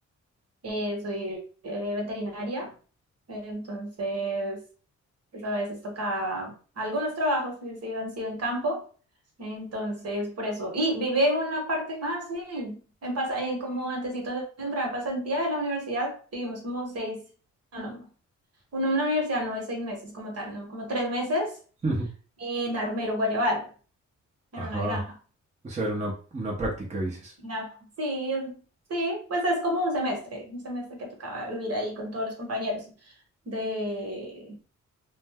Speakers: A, on the right; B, on the right.
A: Eh, soy eh, veterinaria, entonces pues a veces tocaba algunos trabajos sí, sí, han sido en campo, entonces por eso. Y viví una parte, ah, sí, en pasa, en como antesito de entrar a pasantía de la universidad, vivimos como seis, no, no, uno en la universidad no es seis meses como tal, no, como tres meses
B: <laughs>
A: en Armero, Guayabal, en
B: Ajá.
A: una granja.
B: O sea, era una, una práctica, dices.
A: Na- Sí, es- sí, pues es como un semestre, un semestre que tocaba vivir ahí con todos los compañeros de,